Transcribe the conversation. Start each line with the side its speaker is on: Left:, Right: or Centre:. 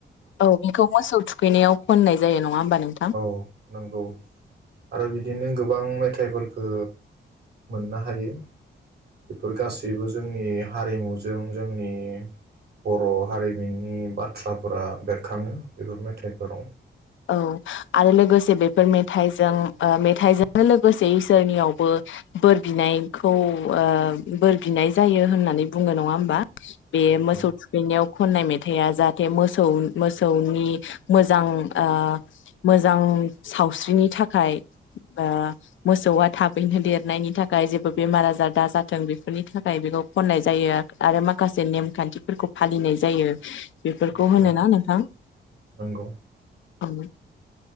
Left: औ बेखौ मोसौ थुखैनायाव खननाय जायो नङा होमबा नों
Right: औ नंगौ आरो बिदिनो गोबां मेथाइफोरखो मोननो हायो। बेफोर गासैबो जोंनि हारिमुजों जोंनि बर' हारिमाननि बाथ्राफोरा बेरखाङो बेफोर मेथाइफोराव।
Left: औ आरो लोगोसे बेफोर मेथाइजों ओ मेथाइजोंनो लोगोसे इसोरनियावबो बोर बिनायखौ ओ बोर बिनाय जायो होननानै बुङो नङा होमबा। बे
Right: नंगौ
Left: मोसौ थुखैनायाव खननाय मेथाइआ जा दे मोसौ मोसौनि मोजां। ओ मोजां सावस्रिनि थाखाय ओ मोसौआ थाबैनो देरनायनि थाखाय जेबो बेमार आजार दाजाथों बेफोरनि थाखाय बेखौ खननाय जायो आरो माखासे नेमखान्थिफोरखौ फालिनाय जायो। बेफोरखौ
Right: नंगौ
Left: होनोना नोंथां।
Right: नंगौ
Left: ओं